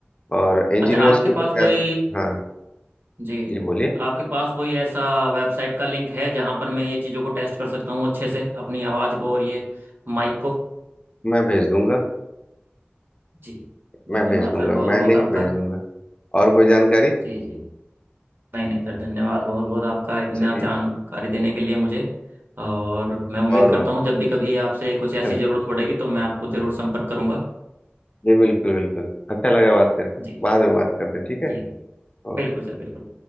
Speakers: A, on the left; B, on the right.
A: और इंजीनियर्स
B: अच्छा आपके
A: को तो
B: पास
A: खैर
B: कोई
A: हाँ
B: जी
A: जी बोलिए
B: आपके पास कोई ऐसा वेबसाइट का लिंक है जहां पर मैं ये चीज़ों को टेस्ट कर सकता हूँ अच्छे से अपनी आवाज़ को और ये माइक को
A: मैं भेज दूंगा
B: जी धन्यवाद
A: मैं भेज दूंगा
B: सर बहुत
A: मैं
B: बहुत
A: लिंक
B: आपका
A: भेज दूंगा और कोई जानकारी
B: जी जी नहीं नहीं सर धन्यवाद बहुत बहुत आपका इतना
A: चलिए
B: जानकारी देने के लिए मुझे और मैं उम्मीद
A: बहुत बहुत
B: करता हूँ जब भी कभी आपसे कुछ ऐसी
A: अरे,
B: ज़रूरत पड़ेगी तो मैं आपको ज़रूर संपर्क करूँगा
A: जी बिल्कुल बिल्कुल अच्छा लगा बात करके
B: जी
A: बाद में बात करते हैं ठीक है
B: जी
A: ओके
B: बिल्कुल सर बिल्कुल